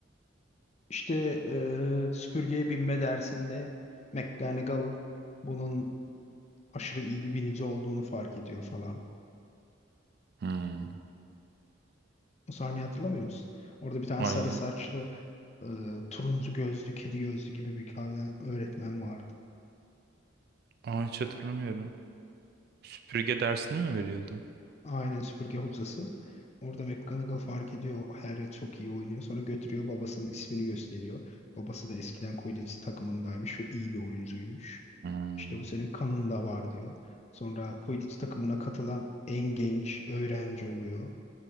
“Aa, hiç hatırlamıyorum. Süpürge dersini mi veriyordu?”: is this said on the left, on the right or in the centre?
Right